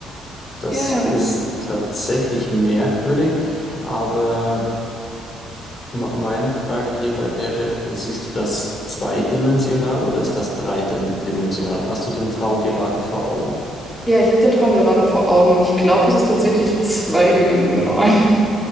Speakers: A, on the left (about 30°); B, in the centre.
A: Das
B: Ja,
A: ist tatsächlich merkwürdig, aber me- meine Frage hierbei wäre, siehst du das zweidimensional oder ist das dreidimensional? Hast du den Traum gerade vor Augen?
B: ja, ich habe den Traum gerade vor Augen und ich glaube, es ist tatsächlich zweidimensional.